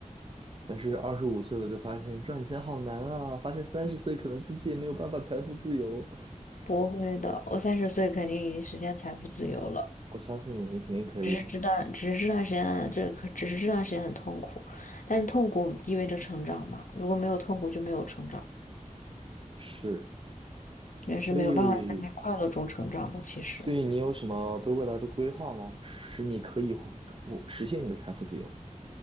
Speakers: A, on the right (about 40°); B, on the left (about 70°).
A: 但是二十五岁了就发现赚钱好难啊，发现三十岁可能自己也没有办法财富自由。
B: 不会的，我三十岁肯定已经实现财富自由了。
A: 我相信你，你肯定可以的。
B: 只是知道，只是这段时间，这可只是这段时间很痛苦，但是痛苦意味着成长嘛。如果没有痛苦，就没有成长，
A: 是。
B: 人是没有办法在快乐中成长的。
A: 所以，
B: 其实
A: 所以你有什么对未来的规划吗？使你可以活活实现你的财富自由？